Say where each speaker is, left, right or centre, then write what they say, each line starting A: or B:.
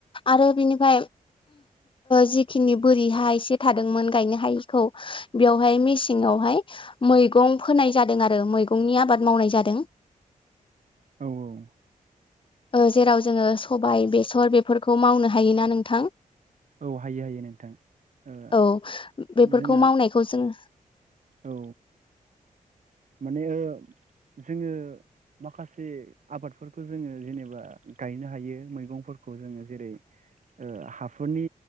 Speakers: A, on the left (about 35°); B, on the right (about 60°).
A: आरो बिनिफाय जिखिनि बोरि हा एसे थादोंमोन गायनो हायिखौ बेवहाय मेसेङावहाय मैगं फोनाय जादों आरो मैगंनि आबाद मावनाय जादों।
B: औ औ।
A: जेराव जोंङो सबाय बेसर बेफोरखौ मावनो हायोना नोंथां।
B: औ हायो हायो नोंथां ओ
A: औ बेफोरखौ
B: जोंना
A: मावनायखौ जोंङो
B: औ। माने जोंङो माखासे आबादफोरखौ जोंङो जेनेबा गायनो हायो मैगंफोरखौ जोंङो जेरै हाफोरनि